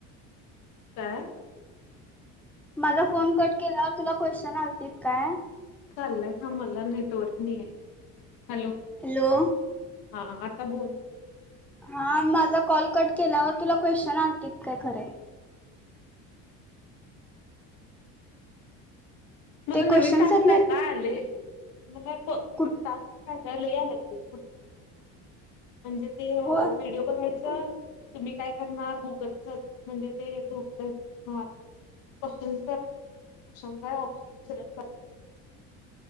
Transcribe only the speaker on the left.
काय
चालतंय मला नेटवर्क नाही आहे हॅलो
हा बोल
मला
नवीन
टास्क
आलाय त्यात क्वेश्चन म्हणजे काय आहे मी टास्क
पूर्ण करायला लागले म्हणजे ते व्हिडिओ
बघायचं तुम्ही काय करणार गुगल सर्च म्हणजे ते धोक्याधरीपासून वाचायला लागेल क्वेश्चन करायचे आहे ऑप्शन सिलेक्ट करीत आहे